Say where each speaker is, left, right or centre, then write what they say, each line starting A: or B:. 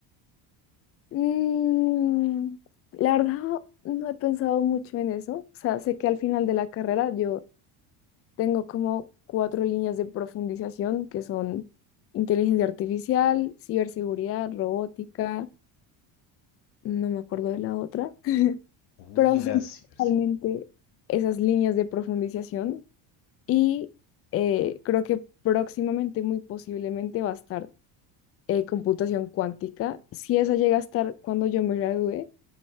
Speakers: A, on the left; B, on the left.
A: Mm, la verdad, no he pensado mucho en eso. O sea, sé que al final de la carrera yo tengo como cuatro líneas de profundización que son inteligencia artificial, ciberseguridad, robótica no me acuerdo de la otra,
B: Uy,
A: pero
B: la
A: son
B: ciberseguridad.
A: principalmente esas líneas de profundización y eh, creo que próximamente, muy posiblemente, va a estar eh, computación cuántica. Si esa llega a estar cuando yo me gradúe,